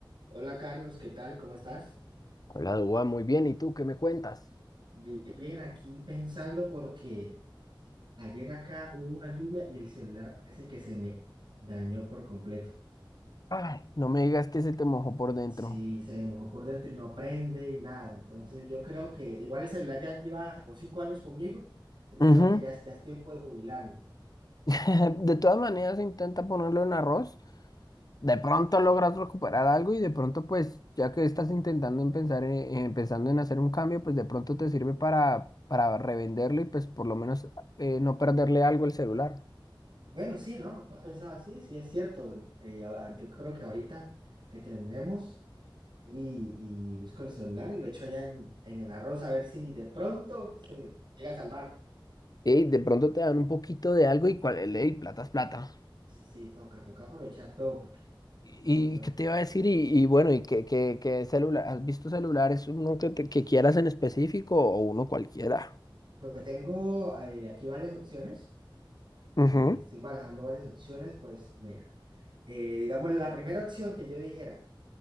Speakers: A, on the right (about 65°); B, on the left (about 50°).
A: Hola Carlos, ¿qué tal? ¿Cómo estás?
B: Hola, Dua, muy bien. ¿Y tú qué me cuentas?
A: Bien, bien, aquí pensando porque ayer acá hubo una lluvia y el celular parece que se me dañó por completo.
B: Ay, no me digas que se te mojó por dentro.
A: Sí, se me mojó por dentro y no prende y nada. Entonces yo creo que igual el celular ya lleva como cinco años conmigo, entonces
B: Ujú.
A: creo que ya, es- ya es tiempo de jubilarlo.
B: <laughs> De todas maneras, intenta ponerlo en arroz. De pronto logras recuperar algo y de pronto, pues, ya que estás intentando en pensar en, en- pensando en hacer un cambio, pues de pronto te sirve para, para revenderlo y pues por lo menos eh, no perderle algo al celular.
A: Bueno, sí, ¿no? No Pensaba así, sí es cierto. Eh, a- a- yo creo que ahorita que terminemos y, y busco el celular y lo echo allá en, en el arroz a ver si de pronto se llega a salvar.
B: Ey, de pronto te dan un poquito de algo y cuál, ey, plata es plata.
A: Sí, toca, toca aprovechar todo, porque
B: ¿Y
A: si no,
B: qué te iba a decir? Y, y bueno, ¿y qué, qué, qué celular? ¿Has visto celulares? ¿Uno que, te- que quieras en específico o uno cualquiera?
A: pues tengo eh, aquí varias opciones,
B: Ujú.
A: eh, estoy barajando varias opciones, pues mira, eh, digamos la primera opción que yo dijera,